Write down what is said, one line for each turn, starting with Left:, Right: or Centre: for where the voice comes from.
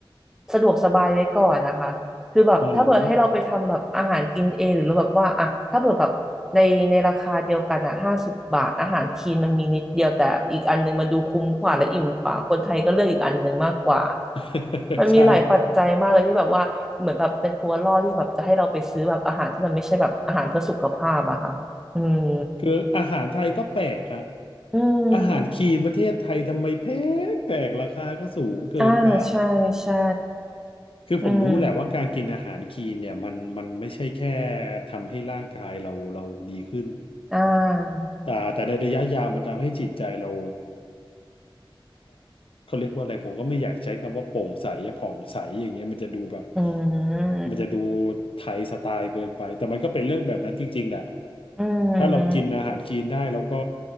Centre: สะดวกสบายไว้ก่อนนะคะ คือแบบถ้าเผื่อให้เราไปทำแบบอาหารกินเองหรือเราแบบว่าอ่ะถ้าเผื่อแบบในในราคาเดียวกันอ่ะห้าสิบบาทอาหารคีนมันมีนิดเดียวแต่อีกอันนึงมันดูคุ้มกว่าและอิ่มกว่าคนไทยก็เลือกอีกอันนึงมากกว่า
Left: อืมฮึ <laughs>
Centre: มันมีหลายปัจจัยมากเลยที่แบบว่าเหมือนแบบเป็นตัวล่อที่แบบจะให้เราไปซื้อแบบอาหารที่มันไม่ใช่แบบอาหารเพื่อสุขภาพอะค่ะอืม
Left: ใช่คืออาหารไทยก็แปลกฮะ
Centre: อืม
Left: อาหารคีนประเทศไทยทำไมแพงแปลกราคาก็สูงเกินไป
Centre: อ่าใช่ใช่
Left: คือผมรู้แหละว่าการกินอาหารคีนเนี่ยมันมันไม่ใช่แค่
Centre: อืม
Left: ทำให้ร่างกายเราเราดีขึ้น
Centre: อ่า
Left: แต่แต่ในระยะยาวมันทำให้จิตใจเรา เขาเรียกว่าอะไรผมก็ไม่อยากใช้คำว่าโปร่งใสอะผ่องใสอย่างเงี้ยมันจะดูแบบ
Centre: อืม
Left: มันจะดูไทยสไตล์เกินไปแต่มันก็เป็นเรื่องแบบนั้นจริงๆแหละ
Centre: อืม
Left: ถ้าเรากินอาหารคลีนได้แล้วก็